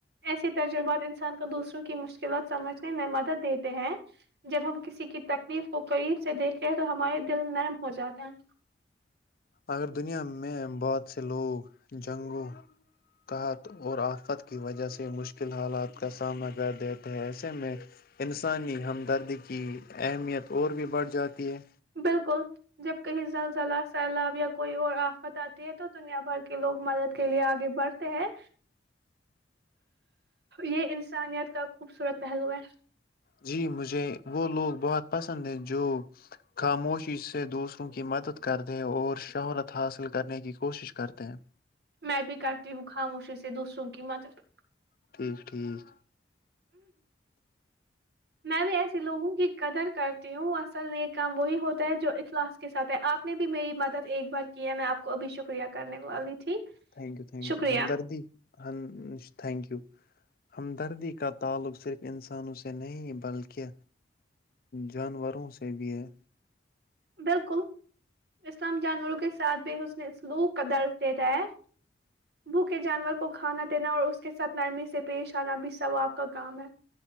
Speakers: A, on the right (about 60°); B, on the left (about 55°).
A: ایسی تجربات انسان کو دوسروں کی مشکلات سمجھ اس میں مدد دیتے ہیں جب ہم کسی کی تکلیف کو قریب سے دیکھتے ہیں تو ہمارے دل نرم ہو جاتا ہیں
B: اگر دنیا میں بہت سے لوگ جنگوں تحت اور آفت کی وجہ سے مشکل حالات کا سامنا کر دیتے ہیں ایسے میں انسانی ہمدردی کی اہمیت اور بھی بڑھ جاتی ہے
A: بالکل جب کہیں زلزلہ، سیلاب یا کوئی اور بتاتی ہے تو دنیا بھر کے لوگ مدد کے لیے آگے بڑھ ہیں یہ انسانیت کا خوبصورت پہلو ہے
B: جی مجھے وہ لوگ بہت پسند ہے جو خاموشی سے دوسروں کی مدد کردیں اور شہرت حاصل کرنے کی کوشش کرتے ہیں
A: میں بھی کرتی ہوں خاموشی سے دوسروں کی مدد
B: ٹھیک ٹھیک
A: میں بھی ایسے لوگوں کی قدر کرتی ہوں اصل نیک کام وہی ہوتا ہے جو اخلاص کے ساتھ ہے آپ نے بھی میری مدد ایک بار کی ہے میں آپ کو ابھی شکریہ کرنے والی تھی
B: تھینکیو تھینکیو
A: شکریہ
B: ہمدردی ہم تھینکیو ہمدردی کا تعلق صرف انسانوں سے نہیں بلکہ جانوروں سے بھی ہے
A: بالکل اسلام جانوروں کے ساتھ بھی حسن سلوک کا درس دیتا ہے بھوکے جانور کو کھانا دینا اور اس کے ساتھ نرمی سے پیش آنا بھی ثواب کا کام ہے